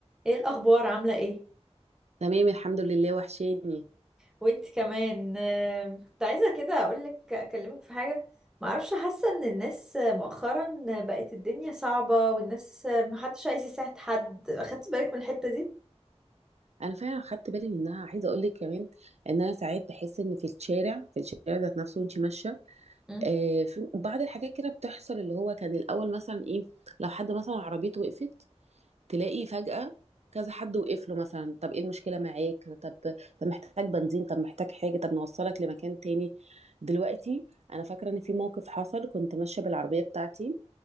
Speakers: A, in the centre; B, on the right.
A: ايه الاخبار عامله ايه
B: تمام الحمد لله وحشاني
A: وانت كمان آم، كنت عايزه كده اقولك اكلمك في حاجه ما اعرفش حاسه ان الناس مؤخرا بقت الدنيا صعبه والناس محدش عايز يساعد حد اخدت بالك من الحته دي
B: انا فعلا خدت بالي منها عايزه اقول لك كمان ان انا ساعات بحس ان في الشارع في الشارع ذات نفسه وانت ماشيه
A: مم.
B: آه في بعض الحاجات كده بتحصل اللي هو كان الاول مثلا ايه لو حد مثلا عربيته وقفت تلاقي فجأة كذا حد وقف له مثلا طب ايه المشكله معاك طب طب محتاج بنزين طب محتاج حاجه طب نوصلك لمكان تاني دلوقتي انا فاكره ان في موقف حصل كنت ماشيه بالعربيه بتاعتي